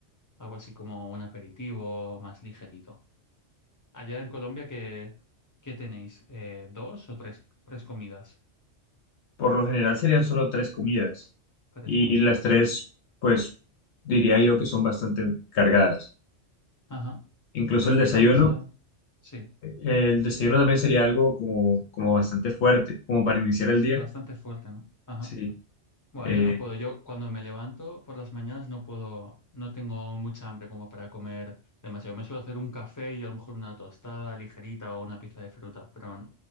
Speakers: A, on the left; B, on the left.
A: algo así como un aperitivo más ligerito. Allá en Colombia, ¿qué, qué tenéis? Eh, ¿dos o tres, tres comidas?
B: por lo general serían solo tres comidas.
A: Tres
B: Y
A: comidas.
B: las tres, pues, diría yo que son bastante cargadas.
A: Ajá.
B: Incluso
A: ¿Y
B: el desayuno
A: qué te gusta? Sí,
B: El desayuno también sería algo como, como bastante fuerte, como para iniciar el
A: sí,
B: día.
A: bastante fuerte, ¿no? Ajá.
B: Sí.
A: Buah,
B: Eh,
A: yo no puedo, yo cuando me levanto por las mañanas no puedo, no tengo mucha hambre como para comer demasiado. Me suelo hacer un café y a lo mejor una tostada ligerita o una pieza de fruta, pero n-